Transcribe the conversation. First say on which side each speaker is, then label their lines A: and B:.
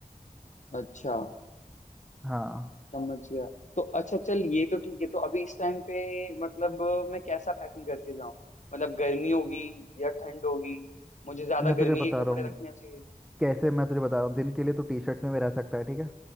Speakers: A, on the left; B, in the centre.
A: अच्छा
B: हाँ
A: समझ गया तो अच्छा चल ये तो ठीक है तो अभी इस टाइम पे मतलब अ, मैं कैसा पैकिंग करके जाऊं मतलब गर्मी होगी या ठंड होगी मुझे ज्यादा
B: मैं तुझे
A: गर्मी
B: बता
A: के कपड़े
B: रहा हूँ
A: रखने चाहिए
B: कैसे मैं तुझे बता रहा हूँ दिन के लिए तो टी शर्ट्स में भी रह सकता है ठीक है